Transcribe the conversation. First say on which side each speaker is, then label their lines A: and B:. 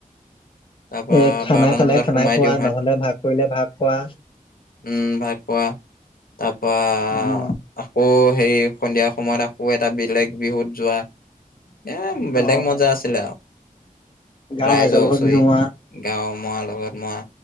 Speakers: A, on the left; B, on the left.
A: তাৰপা
B: এ খানা
A: বাৰটামান
B: খালে
A: বজাত
B: খানা
A: সোমাই
B: খোৱা
A: দিওঁ হাত
B: নহলে ভাগ কৰিলে ভাগ খোৱা।
A: উম ভাগ খোৱা তাৰ পৰাৰা
B: উম,
A: আকৌ হেৰি সন্ধিয়া সময়ত আকৌ এটা বেলেগ বিহুত যোৱা এ বেলেগ
B: অ',
A: মজা আছিলে আৰু
B: গাঁৱৰ
A: ৰাইজৰ
B: লগত
A: ওচৰি
B: বিহু মৰা
A: গাঁও মাৰ লগত মই